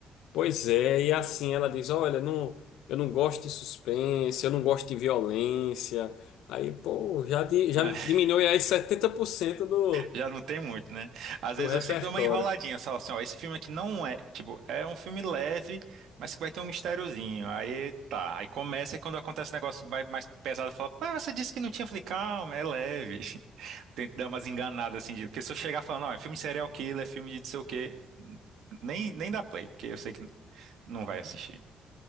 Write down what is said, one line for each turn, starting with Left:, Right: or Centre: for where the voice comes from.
Left: pois é, e assim ela diz: Olha, não, eu não gosto de suspense, eu não gosto de violência. Aí, pô, já, di- já
Right: <laughs>
Left: diminuiu aí 70% do,
Right: Já não tem muito, né? Às
Left: do
Right: vezes
Left: repertório.
Right: eu sempre dou uma enroladinha, só assim, ó, esse filme aqui não é, tipo, é um filme leve, mas que vai ter um mistériozinho. Aí tá, aí começa e quando acontece o negócio vai mais pesado, fala, pai, você disse que não tinha. Eu falei, calma, é leve. <laughs> Tento dar umas enganadas assim, de, porque se eu chegar falando, não, é filme de serial killer, é filme de não sei o quê, nem, nem dá play, porque eu sei que não vai assistir.